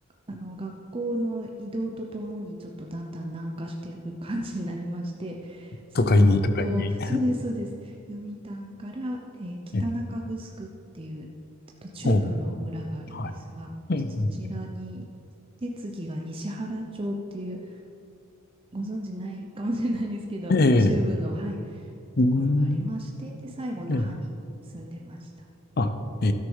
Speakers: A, on the right; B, on the left.
A: あの、学校の移動とともに、ちょっとだんだん南下してる感じになりまして、その後、
B: 都会に、都会に。
A: そうです、そうです。読谷から、えー北中城っていう、
B: ええ、
A: ちょっと中部の村があるんですが、
B: おう、はい。うん
A: そちらにで次が西原町っていう、ご存知ないかもしれないんですけど、
B: うんええ、
A: 中部の、はい、ところがありまして、
B: うーん、
A: で、最後、那覇に住んでました。
B: ええ、あ、え